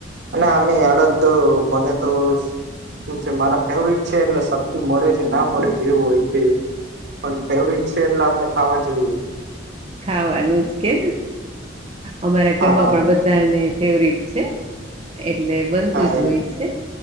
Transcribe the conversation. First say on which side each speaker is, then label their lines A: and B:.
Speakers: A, on the right; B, on the right.
A: અને અમે અડધ મને તો શું છે મારા ફેવરિટ છે એટલે શક્તિ મળે છે ના મળે જેવું હોય પણ ફેવટ છે એટલે આપણે ખાવા જોઈએ
B: ખાવાનું જ કે અમારા
A: હા
B: ઘરમાં પણ બધાને ફેવરિટ છે એ એટલે બનતું
A: હા
B: જ હોય છે